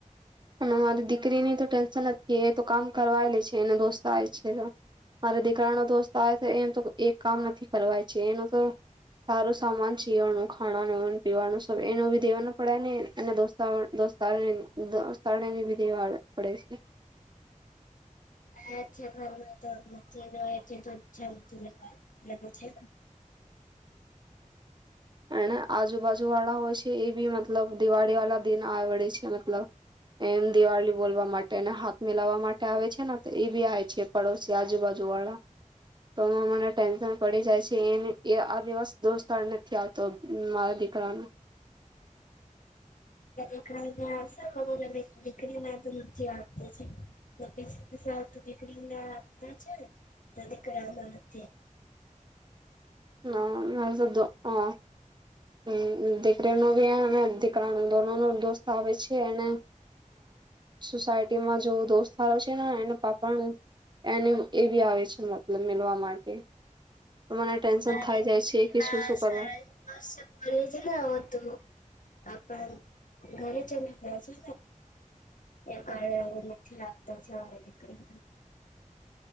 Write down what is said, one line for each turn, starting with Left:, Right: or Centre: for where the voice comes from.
Right: અને મારી દીકરીની તો ટેન્શન નથી એ તો કામ કરવાય લે છે એનો દોસ્ત આવે છે મારા દીકરાનો દોસ્ત આવે તો એમ તો એક કામ નથી કરવાય છે એનું તો સારું સામાન ચીવાનું ખાવાનું પીવાનું સ એનું બી દેવાનું પડે ને એોસ્ દોસ્ત પણેની વિધે વા પડે છે
Left: હ આછે ઘરમાં તો નથી રહે છે તો ચલ લે છે
Right: એને આજુબાજુ વાળા હોય છે એ બી મતલબ દિવાળી વાળા દિન આવેડે છે મતલબ એમ દિવાળી બોલવા માટે અને હાથ મિલાવવા માટે આવે છે ને તો એ બી આવે છે પડોશી આજુબાજુ વાળા તો એમાં મને ટેન્શન પડી જાય છે એ આ દિવસ દોસ્તારને ત્યાં તો મારા દીકરાનું
Left: એકડાને દીકરી ના તો નથી આપતા છે દીકરી ના આપતા છે ના દીકરા નો નથી
Right: ના મારે <unintelligible> હું દીકરી નુ બી દીકરા દોનો નો દોસ્ત આવે છે. એને સોસાયટીમાં જો દોસ્તારો છે. ને એના પાપા એને એ બી આવે છે. મતલબ મેલવા માટે મને ટેન્શન
Left: મારી
Right: થાય
Left: દીકરી
Right: જાય છે કે
Left: પાસ
Right: શું શું કરવા
Left: થાય <unintelligible> ના આવદ હતું. આપણ ઘરે ચલી ગયા છે. ને તે કારણે હવે નથી રાખતા છેરી દીકરી